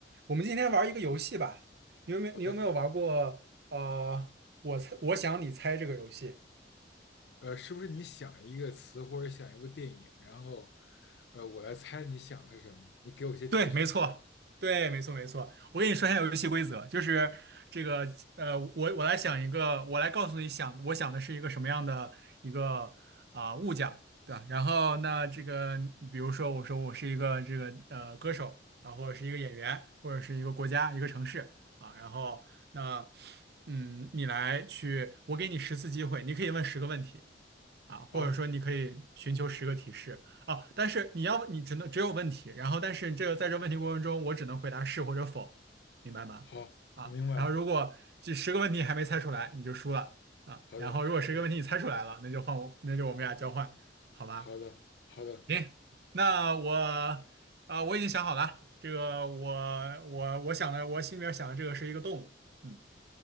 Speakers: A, on the right (about 60°); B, on the left (about 65°).
A: 我们今天玩一个游戏吧，你有没有你有没有玩过呃，
B: 好的，
A: 我猜我想你猜这个游戏？
B: 呃，是不是你想一个词或者想一部电影，然后呃，我来猜你想的是什么？你给我一些提示。
A: 对，没错，对，没错，没错。我跟你说一下游戏规则，就是这个，呃，我我来想一个，我来告诉你想，我想的是一个什么样的一个啊、物件儿对吧？然后那这个，比如说我说我是一个这个呃歌手啊，或者是一个演员，或者是一个国家、一个城市啊，然后那嗯，你来去，我给你十次机会，你可以问十个问题。啊，或者说你可以寻求十个提示啊，
B: 好，
A: 但是你要你只能只有问题，然后但是这个在这问题过程中，我只能回答是或者否，明白吗？
B: 好，
A: 啊，
B: 我明白了。
A: 然后如果这十个问题还没猜出来，你就输了啊，
B: 好的，
A: 然后如果十个问题你猜出来了，
B: 嗯，
A: 那就换我，那就我们俩交换，好吧？
B: 好的，好的。
A: 行，那我啊，我已经想好了，这个我我我想的，我心里面想的这个是一个动物，嗯，